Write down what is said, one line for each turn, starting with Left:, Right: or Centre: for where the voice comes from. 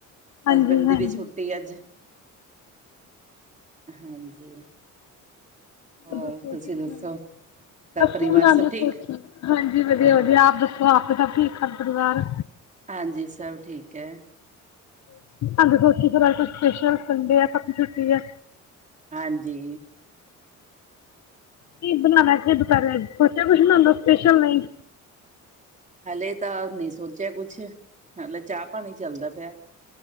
Right: ਹੈਸਬੈਂਡ
Left: ਹਾਂਜੀ ਹਾਂਜੀ।
Right: ਦੀ ਵੀ ਛੁੱਟੀ ਅੱਜ। ਹਾਂਜੀ। ਹੋਰ
Left: ਦੱਸੋ
Right: ਤੁਸੀਂ
Left: ਕੀ
Right: ਦੱਸੋ
Left: ਬਣਾਇਆ?
Right: ਘਰ
Left: ਲੱਸੀ
Right: ਪਰਿਵਾਰ
Left: ਬਣਾਉਂਦੇ
Right: ਸਭ ਠੀਕ।
Left: ਪਏ ਸੀ। ਹਾਂਜੀ, ਵਧੀਆ ਵਧੀਆ ਆਪ ਦੱਸੋ ਆਪ ਕੇ ਸਭ ਠੀਕ ਘਰ ਪਰਿਵਾਰ।
Right: ਹਾਂਜੀ, ਸਭ ਠੀਕ ਹੈ।
Left: ਅੱਜ ਸਪੈਸ਼ਲ ਸੰਡੇ ਆ ਸਭ ਦੀ ਛੁੱਟੀ ਐ।
Right: ਹਾਂਜੀ।
Left: ਕੀ ਬਨਾਣਾ ਜਿੱਦ ਕਰ ਰਿਹਾ ਸੋਚਿਆ ਕੁਛ ਬਨਾਣ ਦਾ ਸਪੈਸ਼ਲ ਲਈ
Right: ਹਲੇ ਤਾਂ ਨੀ ਸੋਚਿਆ ਕੁਛ ਹਲੇ ਚਾਹ ਪਾਣੀ ਚੱਲਦਾ ਪਿਆ।